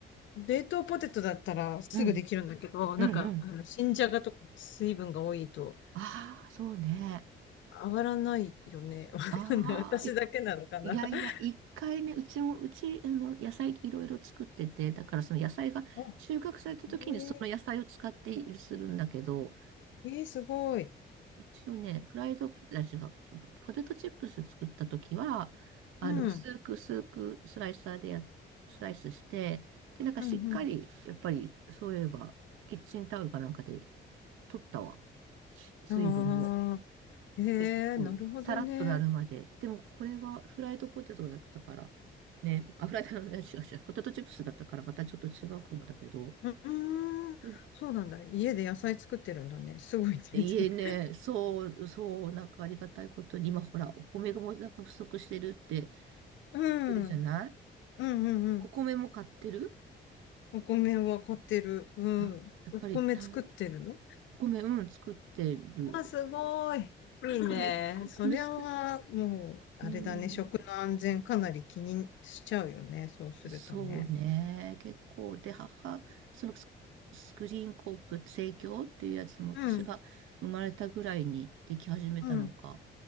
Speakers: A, on the left; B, on the right.
A: 冷凍ポテトだったらすぐできるんだけど、
B: うん、うんうん。
A: なんか、あの、新じゃがとか水分が多いと
B: ああ、そうね。
A: 上がらないよね。<laughs>
B: ああ、
A: わかんない。私だけなのかな。
B: い、いやいや、
A: <laughs>
B: 一回ね、うちも、うち、あの、野菜いろいろ作ってて、だからその野菜が収穫された時にその野菜を使ってするんだけど、
A: あ、えー、えー、すごい。
B: 一度ね、フライドポテチが、ポテトチップス作った時は、あの、
A: うん、
B: 薄く薄くスライサーでや、スライスして、で、なんかしっかり、
A: うん、
B: やっぱり、そういえば、キッチンタオルかなんかで取ったわ。し水分を。
A: うん。ああ、え
B: 結構、
A: ー、なるほどね。
B: さらっとなるまで。でも、これはフライドポテトだったから、ね、あ、フライド、<laughs> 違う違う、ポテトチップスだったからまたちょっと違うかもだけど、
A: ううーん、
B: すご
A: そうなんだ。家で野菜作ってるんだね。すごいね。<laughs>
B: いえね、そう、そう、なんかありがたいことに、今ほら、お米がもうなんか不足してるって
A: うん、
B: 言ってるじゃない
A: うん、うん、うん。
B: お米も買ってる
A: お、お米は買ってる。うん。
B: あ、やっぱりた、
A: お米作ってるの
B: お米、うん、作ってる。
A: あ、すごい。いいね。
B: 米、
A: そりゃは、
B: 米作る
A: もう、あれだね。
B: うん、
A: 食の安全かなり気にしちゃうよね。そうするとね。
B: そうね。結構、で、母、そのス、スクリーンコープ、生協っていうやつも私が生まれたぐらいにでき始めたのか、
A: うん、うん、